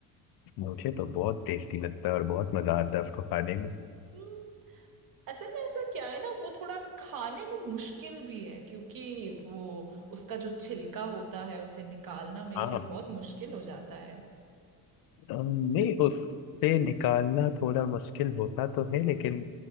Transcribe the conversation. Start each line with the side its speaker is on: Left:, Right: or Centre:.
Left: मुझे तो बहुत टेस्टी लगता है और बहुत मजा आता है उसको खाने में
Right: वो असल में ऐसा क्या है ना वो थोड़ा खाने में मुश्किल भी है क्योंकि वो उसका जो छिलका होता है उसे निकालना मेरे
Left: हाँ
Right: लिए बहुत मुश्किल हो जाता है
Left: अम, नहीं उससे निकालना थोड़ा मुश्किल होता तो है लेकिन